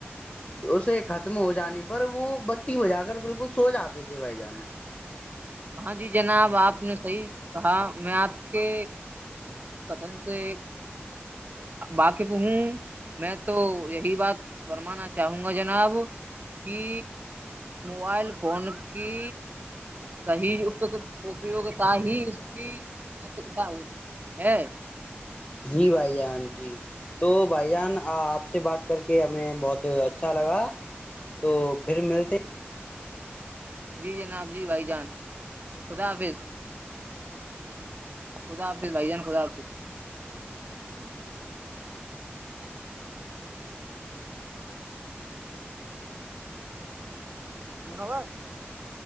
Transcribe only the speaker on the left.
اسے ختم ہو جانے پر وہ بتی بجا کر بالکل سو جاتے تھے بھائی جان
جی بھائی جان جی تو بھائی جان آپ سے بات کر کے ہمیں بہت اچھا لگا تو پھر ملتے